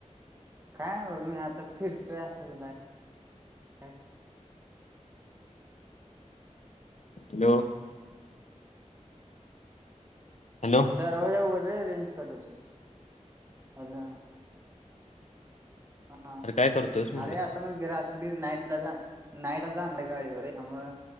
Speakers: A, on the right; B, on the left.
A: काय ब मी आता फिरतोय असच बाई.
B: हॅलो. हॅलो
A: दरवाजा उघड रे रेंज कटवते हला. हा
B: अरे काय करतोयस म्हटलं
A: अरे आता मग गराात. तरी नाईटला जा नाईटला जा गाडीवर त्यामुळं